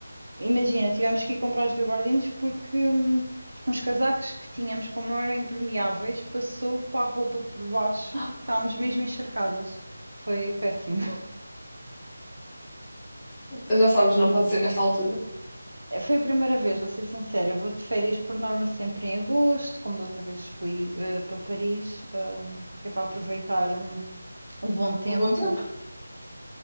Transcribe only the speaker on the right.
imagina, tivemos que ir comprar os gabardines porque hum, os casacos que tínhamos, como não eram impermeáveis, passou para a roupa por baixo.
Estávamos mesmo encharcadas. Foi péssimo. <laughs>
Eh, Foi a primeira vez, vou ser sincera. Eu vou de férias por norma sempre em agosto, como da outra vez fui eh, para Paris, hum, que é para aproveitar hum, o bom tempo